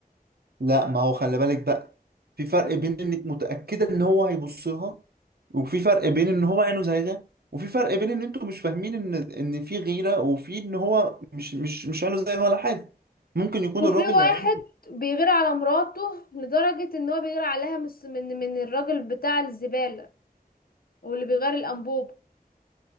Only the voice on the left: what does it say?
مم.
وفي
واحد
بيغير على مراته لدرجة ان هو بيغير عليها من من من الراجل بتاع الزبالة واللي بيغير الانبوب